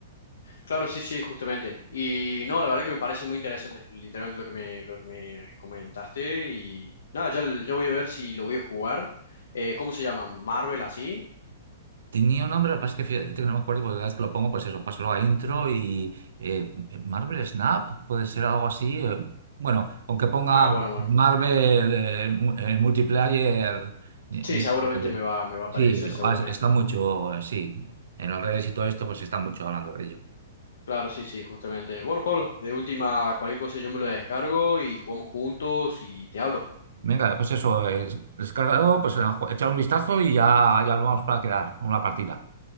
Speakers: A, on the left; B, on the right.
A: Claro, sí, sí, justamente. Y no, la verdad que me parece muy interesante, literalmente lo que me, lo que me comentaste. Y nada, ya, ya voy a ver si lo voy a jugar. Eh, ¿cómo se llama? ¿Marvel así?
B: Tenía un nombre, lo que pasa es que fíjate que no me acuerdo, porque cada vez que lo pongo, pues eso, paso luego a intro y eh, Marvel Snap, puede ser algo así. eh, bueno, con que ponga
A: Ah, bueno, bueno.
B: Marvel eh, mu- eh, Multiplayer. eh,
A: Sí,
B: ya-
A: seguramente me va, me va a aparecer,
B: Sí,
A: seguramente.
B: ah, está mucho, eh, sí. En las redes y todo esto, pues está mucho hablando de ello.
A: Claro, sí, sí, justamente. Bueno, Pablo, de última, cualquier cosa yo me lo descargo y jugamos juntos y te hablo.
B: Venga, pues eso, eh, descargado, pues eh, echar un vistazo y ya, ya lo vamos para quedar, una partida.